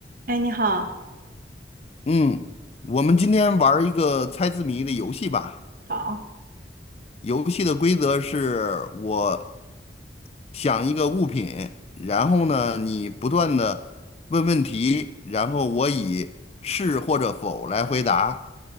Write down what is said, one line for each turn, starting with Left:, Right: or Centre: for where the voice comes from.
Right: 哎，你好，
Left: 嗯，我们今天玩儿一个猜字谜的游戏吧。
Right: 好，
Left: 游戏的规则是我想一个物品，然后呢，你不断的问问题，然后我以是或者否来回答。